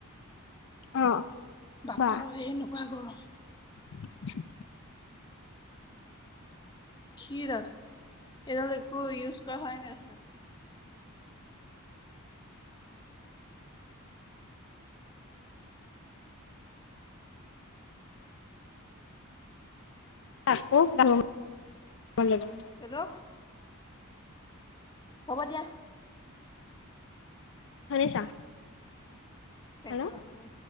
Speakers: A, on the left; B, on the left.
A: অ।
B: বাপা
A: বা
B: অ এনেকুৱা গৰম।
A: <inaudible>
B: <inaudible> খীৰডাল এইডাল একো ইউজ কৰা হয় নাই দেখোন <unintelligible>
A: আকৌ যাবলে <unintelligible>
B: হেল্ল' হ'ব দিয়া
A: শুনিছা
B: দেখা
A: হেল্ল'
B: মানি